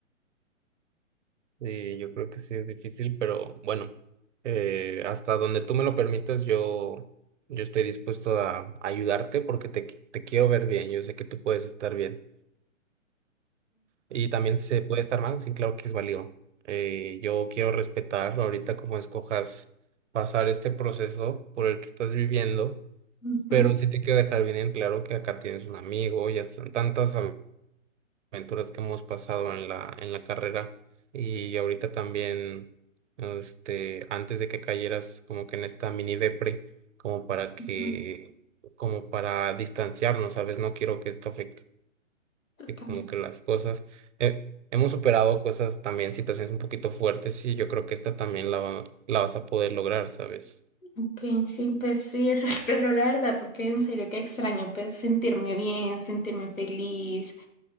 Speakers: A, on the right; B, on the left.
A: Sí, yo creo que sí es difícil, pero bueno, eh, hasta donde tú me lo permitas, yo, yo estoy dispuesto a ayudarte porque te, qui- te quiero ver bien. Yo sé que tú puedes estar bien. Y también se puede estar mal, sí, claro que es válido. Eh, yo quiero respetar ahorita como escojas pasar este proceso por el que estás viviendo,
B: Ujú.
A: pero sí te quiero dejar bien en claro que acá tienes un amigo, ya son tantas aventuras que hemos pasado en la, en la carrera y ahorita también, este, antes de que cayeras como que en esta mini depre, como para que,
B: ujú,
A: como para distanciarnos, ¿sabes? No quiero que esto afecte
B: total.
A: que como que las cosas, eh, hemos superado cosas también, situaciones un poquito fuertes y yo creo que esta también la, va- la vas a poder lograr, ¿sabes?
B: Ok, sí, pues sí, eso <laughs> espero la verdad, porque en serio que extraño pues sentirme bien, sentirme feliz,